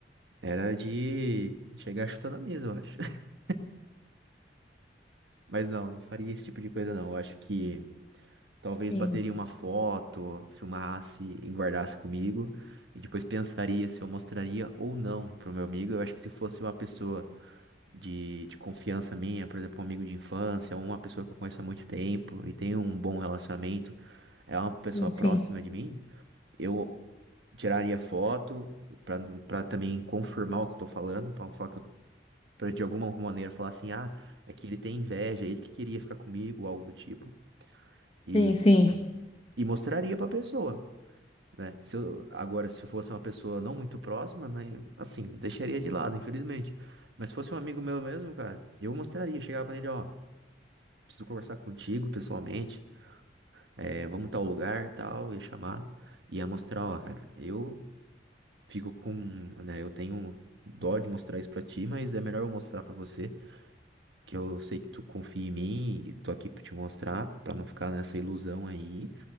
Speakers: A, on the right; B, on the left.
A: Era de chegar chutando a mesa, eu acho. <laughs> Mas não, não faria esse tipo de coisa, não. Eu acho que. Talvez
B: Sim,
A: bateria uma foto, filmasse e guardasse comigo. E depois pensaria se eu mostraria ou não pro meu amigo. Eu acho que se fosse uma pessoa de, de confiança minha, por exemplo, um amigo de infância, ou uma pessoa que eu conheço há muito tempo e tenho um bom relacionamento, é uma pessoa
B: sim,
A: próxima
B: sim,
A: de mim, eu tiraria foto pra para também confirmar o que eu tô falando, pra não falar que eu, pra de alguma maneira falar assim, ah, é que ele tem inveja, é ele que queria ficar comigo, ou algo do tipo. E,
B: sim, sim.
A: e mostraria pra pessoa. né? Se eu, agora, se fosse uma pessoa não muito próxima, né? Assim, deixaria de lado, infelizmente. Mas se fosse um amigo meu mesmo, cara, eu mostraria, chegava nele, ó, preciso conversar contigo pessoalmente, é, vamos tal lugar, tal, ia chamar, ia mostrar, ó, cara, eu fico com, né? Eu tenho dó de mostrar isso pra ti, mas é melhor eu mostrar pra você que eu sei que tu confia em mim e tô aqui pra te mostrar, pra não ficar nessa ilusão aí.